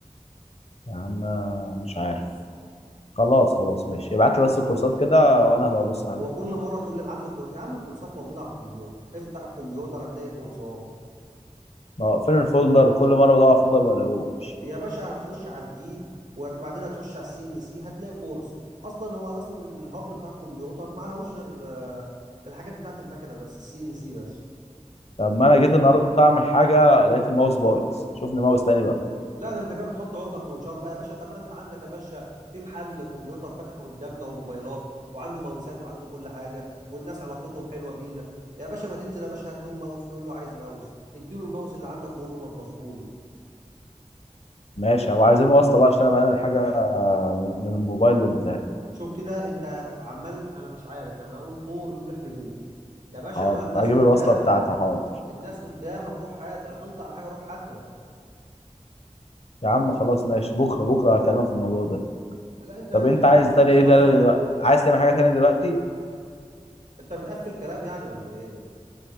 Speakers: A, on the left; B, on the right.
A: يا عم آه، مش عارف خلاص خلاص ماشي ابعت لي بس الكورسات كده وانا هبقى ابص عليها
B: هو كل مرة تقول لي ابعت لي الكورس يا عم الكورسات موجودة على الكمبيوتر افتح الكمبيوتر هتلاقي كورسات
A: ما هو فين الفولدر كل مرة بدور على الفولدر ما بلاقوش
B: يا باشا هتخش على الدي وبعدين هتخش على السي ان سي هتلاقي كورس اصلا هو اصلا الهارد بتاع الكمبيوتر ما لهوش غير آه، الحاجات بتاعت المكنه بس السي ان سي بس
A: طب ما انا جيت النهارده اعمل حاجة لقيت الماوس بايظ شوف لي ماوس تاني بقى
B: لا ده انت كده بتحط عقده في منشار بقى يا باشا طب ما انت عندك يا باشا في محل كمبيوتر فاتح قدامنا وموبايلات وعنده ماوسات وعنده كل حاجه والناس علاقتهم حلوه بينا يا باشا ما تنزل يا باشا هات لهم ماوس قول له عايز ماوس اديله الماوس اللي عندك وقول له نضفه لي
A: ماشي هو عايزين وصلة بقى عشان انا بقى الحاجة من الموبايل للبتاع
B: شوف كده انت عمال انا مش عارف يعني اقول طور يقول احلبوه يا باشا
A: حاضر
B: ما الناس
A: هجيب
B: قدامك
A: الوصلة بتاعتي حاضر
B: الناس قدامك روح هات عطلت على حاجه روح هاتها
A: يا عم خلاص ماشي بكره بكره هكلمك في الموضوع ده
B: لا انت
A: طب
B: انت
A: انت
B: كده
A: عايز
B: انت كده
A: تاني
B: بتهزر
A: ايه ده
B: والله
A: عايز تعمل حاجه تانية دلوقتي
B: انت بتقفل كلام يعني ولا ايه